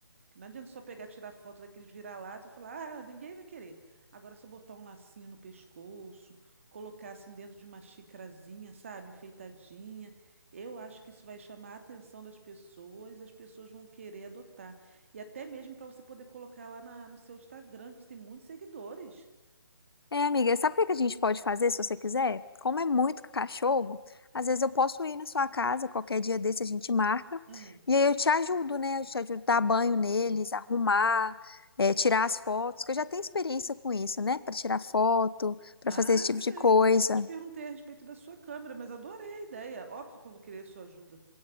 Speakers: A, on the right; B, on the left.
A: Não adianta só pegar, tirar foto daqueles vira-lata e falar, ah, ninguém vai querer. Agora, se eu botar um lacinho no pescoço, colocar assim dentro de uma xicrazinha, sabe, enfeitadinha, eu acho que isso vai chamar a atenção das pessoas, as pessoas vão querer adotar. E até mesmo para você poder colocar lá na- no seu Instagram, que você tem muitos seguidores.
B: É, amiga, sabe o que que a gente pode fazer se você quiser? Como é muito cachorro, às vezes eu posso ir na sua casa, qualquer dia desse a gente marca,
A: Hum.
B: e aí eu te ajudo, né? Eu te ajudo a dar banho neles, arrumar, é, tirar as fotos, que eu já tenho experiência com isso, né? Pra tirar foto, pra
A: Ah,
B: fazer esse
A: eu
B: tipo
A: sei,
B: de coisa.
A: por isso que eu te perguntei a respeito da sua câmera, mas adorei a ideia. Óbvio que eu vou querer a sua ajuda.